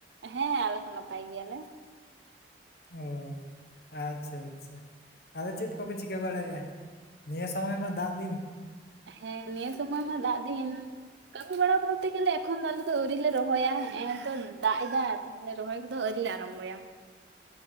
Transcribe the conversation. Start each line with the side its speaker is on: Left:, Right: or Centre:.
Right: ᱦᱮᱸ ᱟᱞᱮ ᱠᱚ ᱱᱟᱯᱟᱭ ᱜᱮᱭᱟᱞᱮ
Left: ᱚ ᱟᱪᱪᱷᱟ ᱟᱪᱪᱷᱟ ᱟᱫᱚ ᱪᱮᱫ ᱠᱚᱯᱮ ᱪᱤᱠᱟᱹ ᱵᱟᱲᱟᱭᱮᱜ-ᱟ? ᱱᱤᱭᱟᱹ ᱥᱚᱢᱚᱭ ᱢᱟ ᱫᱟᱜ ᱫᱤᱱ
Right: ᱦᱮᱸ ᱱᱤᱭᱟᱹ ᱥᱩᱢᱚᱭ ᱢᱟ ᱫᱟᱜ ᱫᱤᱱ ᱠᱟᱹᱢᱤ ᱵᱟᱲᱟ ᱵᱚᱞᱛᱮ ᱜᱮᱞᱮ ᱮᱠᱷᱚᱱ ᱫᱚ ᱟᱞᱮ ᱫᱚ ᱟᱹᱣᱨᱤ ᱞᱮ ᱨᱚᱦᱚᱭᱟ ᱦᱮᱜᱮᱸᱛᱚ ᱫᱟᱜ ᱮᱫᱟ ᱾ ᱛᱟᱦᱞᱮ ᱨᱚᱦᱚᱭ ᱠᱚᱫᱚ ᱟᱣᱨᱤ ᱞᱮ ᱟᱨᱟᱢᱵᱚᱭᱟ <unintelligible>